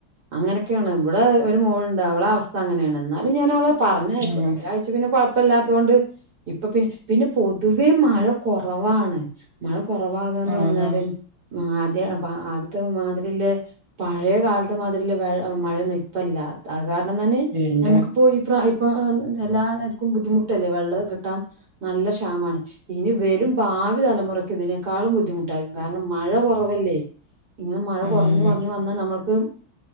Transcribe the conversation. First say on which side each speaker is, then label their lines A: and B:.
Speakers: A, on the right (about 55°); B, on the right (about 20°).
A: അങ്ങനെയൊക്കെയാണ് ഇവിടെ ഒരു മോള്ണ്ട് അവളവസ്ഥ അങ്ങനെയാണ് ഇന്നാലും ഞാനവളെ പറഞ്ഞയക്കും
B: ഉം
A: ച് പിന്നെ കൊഴപ്പല്ലാത്തോണ്ട് ഇപ്പൊ പിന്നെ പിന്നെ പൊതുവേ മഴ കൊറവാണ് മഴ കൊറവാകാന്ന്
B: ആഹ്
A: പറഞ്ഞാല് ആദ്യ ആദ്യത്തെ മാതിരിള്ള പഴേ കാലത്തെ മാതിരില്ല വെ മഴയൊന്നും ഇപ്പല്ല അത് കാരണം തന്നെ
B: ഇല്ല
A: നമുക്കിപ്പോ ഇപ്രാ ഇ പ്പ എല്ലാർക്കും ബുദ്ധിമുട്ടല്ലേ വെള്ളം കിട്ടാൻ നല്ല ക്ഷാമാണ് ഇനി വെരും ഭാവി തലമുറയ്ക്ക് ഇതിനേക്കാളും ബുദ്ധിമുട്ടായിരിക്കും കാരണം മഴ കൊറവല്ലേ ഇങ്ങനെ മഴ
B: ഉം
A: കൊറഞ്ഞു കൊറഞ്ഞു വന്നാ നമ്മള്ക്ക്